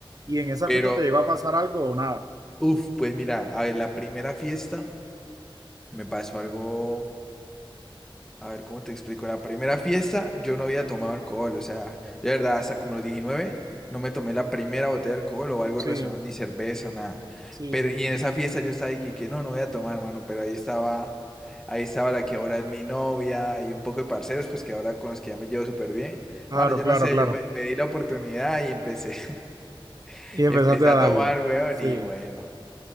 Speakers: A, on the right (about 40°); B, in the centre.
A: ¿Y en esas
B: Pero,
A: fiestas te llegó a pasar algo o nada?
B: Uf, pues mira, a ver, la primera fiesta me pasó algo, a ver, ¿cómo te explico? La primera fiesta yo no había tomado alcohol, o sea, de verdad, hasta como los 19 no me tomé la primera botella de alcohol o algo
A: Sí,
B: relacionado, ni cerveza, nada.
A: sí,
B: Pero,
A: sí,
B: y
A: sí.
B: en esa fiesta yo estaba ahí que, que no, no voy a tomar, hermano, pero ahí estaba, ahí estaba la que ahora es mi novia y un poco de parceros, pues que ahora con los que ya me llevo súper bien.
A: Claro,
B: Bueno, yo
A: claro,
B: no sé,
A: claro.
B: yo me, me di la oportunidad y empecé, <laughs>
A: Y empezaste
B: empecé
A: a
B: a
A: darle.
B: tomar, weón,
A: Sí,
B: y bueno,